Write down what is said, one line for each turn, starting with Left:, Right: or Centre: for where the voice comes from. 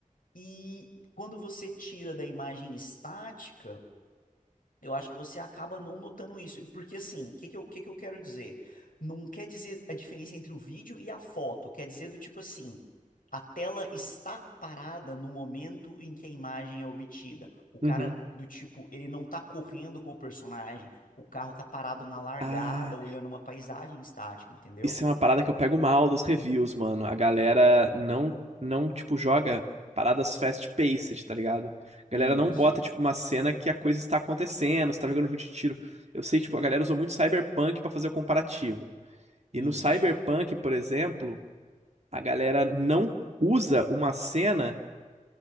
Left: E quando você tira da imagem estática, eu acho que você acaba não notando isso. Porque, assim, o que que eu, que que eu quero dizer? Não quer dizer a diferença entre o vídeo e a foto. Quer dizer do tipo assim, a tela está parada no momento em que a imagem é obtida. O cara,
Right: Uhum.
Left: do tipo, ele não tá correndo com o personagem. O carro tá parado na largada,
Right: Ah.
Left: olhando uma paisagem estática, entendeu?
Right: Isso é uma parada que eu pego mal dos reviews, mano. A galera não, não tipo, joga paradas fast-paced, tá ligado? A
Left: Isso,
Right: galera não bota, tipo, uma cena que a coisa está acontecendo, você tá jogando jogo de tiro. Eu sei, tipo, a galera usou muito Cyberpunk pra fazer o comparativo. E
Left: isso.
Right: no Cyberpunk, por exemplo, a galera não usa uma cena